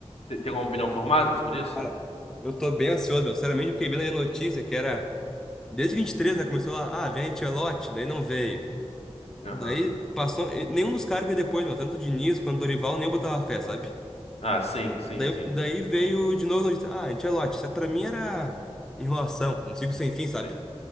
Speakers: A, on the left; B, in the centre.
A: te- tem alguma opinião formada sobre isso?
B: Cara, eu tô bem ansioso, meu. Sinceramente, eu fiquei vendo ali a notícia que era... Desde vinte e três né, começou lá, ah, vem Ancelotti, daí não veio.
A: Aham.
B: Daí passou... e Nenhum dos caras veio depois, meu. Tanto o Diniz quanto o Dorival, nem eu botava fé, sabe?
A: Ah, sim, sim,
B: Daí,
A: sim,
B: daí veio de novo a notícia, ah, Ancelotti. Só que pra mim era enrolação, um ciclo sem fim, sabe?
A: sim,